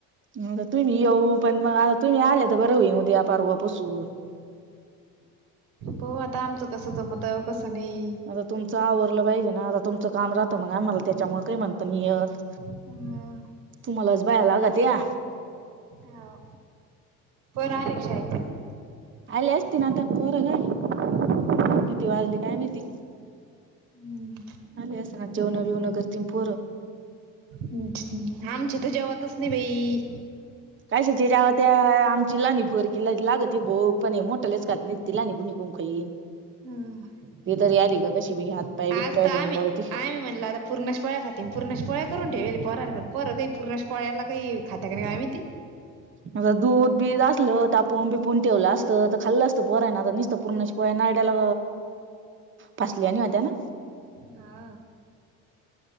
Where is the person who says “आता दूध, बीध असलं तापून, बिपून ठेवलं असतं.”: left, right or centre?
Right